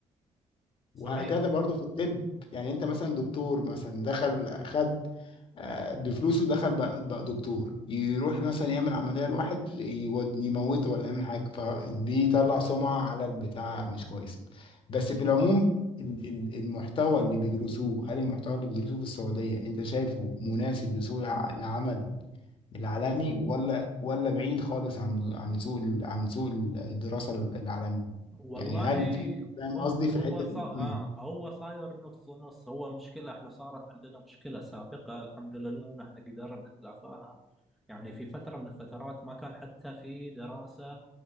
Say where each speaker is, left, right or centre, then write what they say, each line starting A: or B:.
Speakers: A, in the centre; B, on the left.
A: صحيح
B: وهكذا برضو في الطب يعني انت مثلا دكتور مثلا دخل خد آه، بفلوسه دخل بقى, بقى دكتور يروح مثلا يعمل عملية لواحد يود- يموته ولا يعمل حاجة فبيطلع سمعة على البتاع مش كويس بس في العموم ال- ال- المحتوى اللي بيدرسوه هل المحتوى اللي بيدرسوه في السعودية انت شايفه مناسب لسوق الع- العمل العالمي ولا ولا بعيد خالص عن عن سوق ال- عن سوق الدراسة العالمي
A: والله
B: يعني هل في فاهم
A: مم...
B: قصدي
A: هو
B: في الحتة
A: صا...
B: دي؟
A: آه
B: مم.
A: هو صاير نص نص هو مشكلة احنا صارت عندنا مشكلة سابقة الحمد لله ان احنا قدرنا نتلافاها يعني في فترة من الفترات ما كان حتى في دراسة